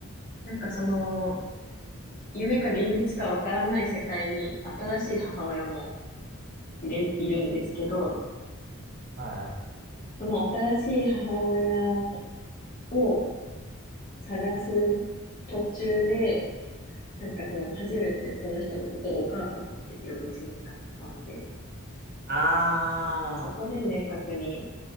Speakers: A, on the left; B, on the right.
A: なんかその、夢か現実かわからない世界に新しい母親もいれ、いるんですけど、
B: はいはい。
A: その新しい母親を探す途中で、なんかその初めてその人のことをお母さんって呼ぶシーンがあったんで、
B: あ
A: そこで明確に